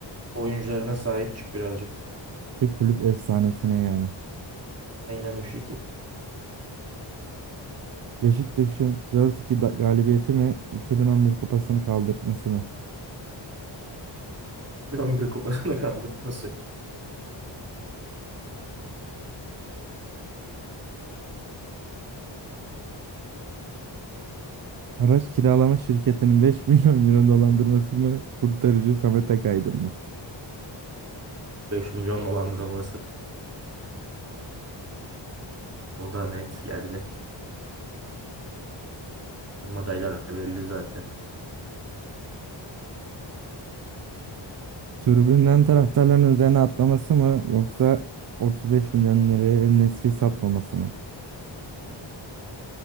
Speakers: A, on the right (about 30°); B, on the right (about 50°).
A: oyuncularına sahip çık birazcık.
B: de kulüp efsanesine yani.
A: Aynen o şekil.
B: Beşiktaş'ın 4-2 da- galibiyeti mi 2011 kupasını kaldırtması mı?
A: <laughs> 11 kupasını kaldırması.
B: Araç kiralama şirketinin 5 <laughs> milyon euro dolandırması mı? Kurtarıcı Samet Akaydın mı?
A: 5 milyon dolandırılması. O da net geldi. Benim adaylar da belli zaten.
B: Tribünden taraftarların üzerine atlaması mı yoksa 35 milyon liraya El Nesri satmaması mı?